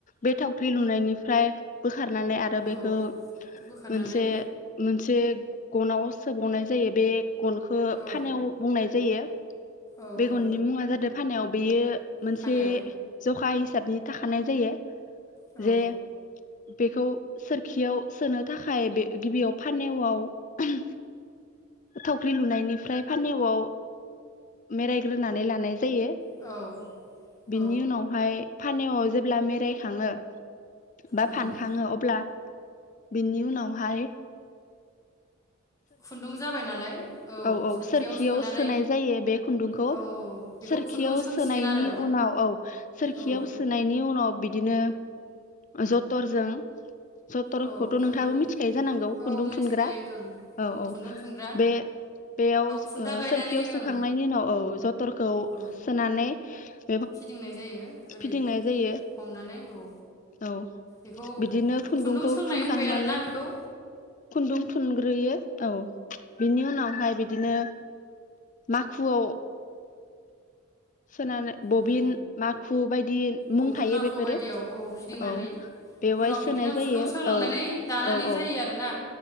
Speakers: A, on the left; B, on the left.
A: बे थावख्रि लुनायनिफ्राय खारनानै आरो बेखौ
B: औ बोखारनानै
A: मोनसे-मोनसे गनावआव सोबावनाय जायो बे गनखौ
B: औ
A: फानेव बुंनाय जायो।
B: औ
A: बे
B: औ
A: गननि मुङा जादों फानायाव बेयो मोनसे
B: फानो
A: जखा हिसाबनि थाखानाय जायो।
B: औ
A: जे बेखौ सोरखियाव सोनो थाखाय बे गिबियाव फानवआव ओहोम थावख्रि लुनायनिफ्राय फानवआव मेरायग्रोनानै लानाय जायो
B: औ औ
A: बिनि उनाव हाय फानेवाव <unintelligible> मेरायखाङो बा
B: उम
A: फानखाङो अब्ला बिनि उनावहाय
B: खुन्दुं जाबाय नालाय, औ
A: औ-औ सोरखियाव
B: सोनानै
A: सोनाय जायो बे खुन्दुंखौ,
B: औ बेखौ
A: सोरखियाव
B: खुन्दुं सोंसिगोन
A: सोनायनि
B: आरो
A: उनाव औ सोरखियाव
B: औ
A: सोनायनि उनाव बिदिनो जथरजों जतर'खौथ'
B: औ खुन्दुर
A: नोंथाङाबो मिथिखायो जानांगौ
B: औ
A: खुन्दुं
B: मिथिखायो
A: थुनग्रा
B: ओं औ
A: औ-औ
B: खुन्दुं थुनग्रा
A: बे बेयाव
B: खुन्था
A: ओ
B: गायनानै
A: सोरखियाव सोखांनायनि
B: ओं
A: उनाव औ जथरखौ
B: औ
A: सोनानै <unintelligible>
B: फिदिंनाय जायो ओरै
A: फिदिंनाय जायो
B: हमनानै औ,
A: औ
B: बेखौ
A: बिदिनो खुन्दुंखौ
B: खुन्दुं सोंनाय
A: थुनखांनानै
B: होनबाय आरोना बेखौ?
A: खुन्दुं थुनग्रोयो औ बिनि उनाव ओमफ्राय बिदिनो माखुआव सोनानै बबिन
B: उम
A: माखु बायदि
B: बबिन
A: मुं थायो
B: माखु
A: बेफोरो
B: बायदियाव औ फिदिंनानै
A: औ बेवहाय
B: उनाव
A: सोनाय
B: बिदिनो खुन्दुं
A: जायो
B: सोंलांनानै
A: औ -औ
B: दानानै
A: -औ
B: जायो आरोना